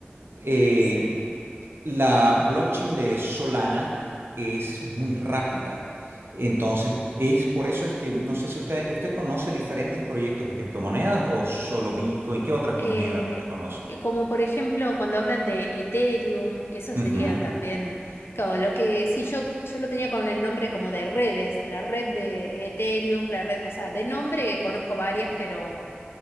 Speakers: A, on the right (about 75°); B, on the left (about 75°).
A: eh,
B: sí.
A: la blockchain de Solana es muy rápida. Entonces, es por eso es que no sé si usted, usted conoce diferentes proyectos de criptomonedas o solo Bitcoin, ¿qué otras
B: Eh,
A: monedas usted conoce?
B: como por ejemplo cuando hablan de Ethereum, eso
A: Ujú,
B: sería también, claro, lo que sí, yo, yo lo tenía con el nombre como de redes, la red de Ethereum, la red, o sea, de nombre conozco varias, pero,